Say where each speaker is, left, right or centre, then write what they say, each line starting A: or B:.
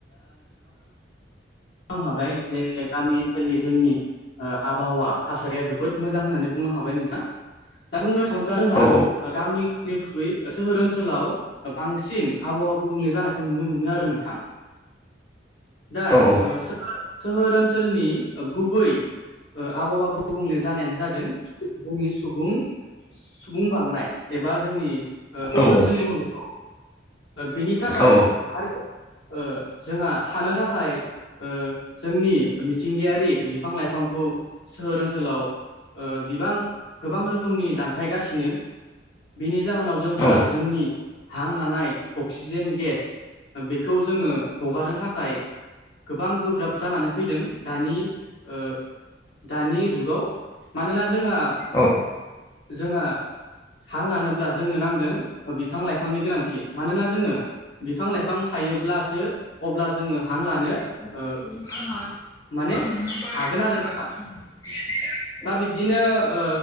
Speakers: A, on the left; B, on the left.
A: आं हाबाय जे गामि ओनसोलनि जोंनि ओ आबहावा थासारिया जोबोद मोजां होननानै बुंनो हाबाय नोंथां। दा बुंनो थांङोब्ला जोंहा
B: औ
A: गामिनिख्रुइ सोहोर ओनसोलाव बांसिन आबहावा गुबुंले जानायखौ नुनो मोनो आरो नोंथां दा
B: औ
A: ओ सोहोर ओनसोलनि गुबै आबहावा गुबुंले जानायानो जादों जोंनि सुबुं सुबुं बांनाय एबा जोंनि पपुलोसन
B: औ
A: बुङो बे बेनि थाखाय
B: औ
A: आरो। जोंहा थानो थाखाय जोंनि मिथिंगायारि बिफां लाइफांखौ सोहोर ओनसोलाव बिबां गोबां रोखोमनि दानफायगासिनो बेनि जाहोनाव जोंहा
B: औ
A: जोंनि हां लानाय अक्सिजेन गेस बेखौ जोङो हगारनो थाखाय गोबां गोब्राब जानानै फैदों दानि ओ दानि जुगाव मानोना जोंहा
B: औ
A: जोंहा हां लानोब्ला जोंनो नांगोन बिफां लाइफांनि गोनांथि मानोना जोङो बिफां लाइफां थायोब्लासो अब्ला जोङो हां लानो
B: <unintelligible>
A: ओ माने हागोन आरो नोंथां दा बिब्दिनो ओ